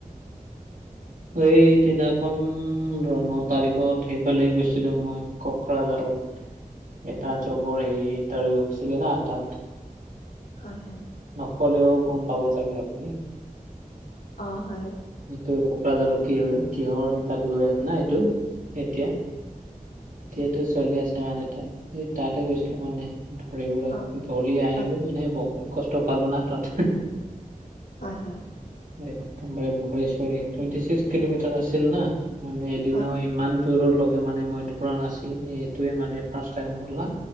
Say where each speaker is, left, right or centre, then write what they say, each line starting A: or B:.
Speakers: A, on the right; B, on the left.
A: সেই দিনাখন ৰ ন' তাৰিখত সেইফালে গৈছিলো মই কোকৰাঝাৰত।
B: উ <inaudible>
A: এটা জবৰ হেৰি ইণ্টাৰভিউ হৈছিলে না তাত।
B: হয় হয়
A: নকলেও গম পাব চাগে আপুনি।
B: অ হয়।
A: এইটো কোকৰাঝাৰৰ কি কিহৰ ইণ্টাৰভিউ হৈ আছে না এইটো এতিয়া। এতিয়াতো চলি আছে মানে তাত স তাতে গৈছিলো মানে। দৌৰিবলৈ
B: অ
A: দৌৰি আহিলো
B: হয়
A: মানে বহুত কষ্ট পালো না তাত।
B: হয় হয়।
A: একদম বাৰে ভৰি চৰি টোৱেনটি ছিক্স কিলোমিটাৰ আছিল না। মানে এদিন
B: হয়
A: ইমান দূৰত। লগে মানে মই দৌৰা নাছিলো সেইটোয়ে মানে ফাৰ্ষ্ট টাইম হল না।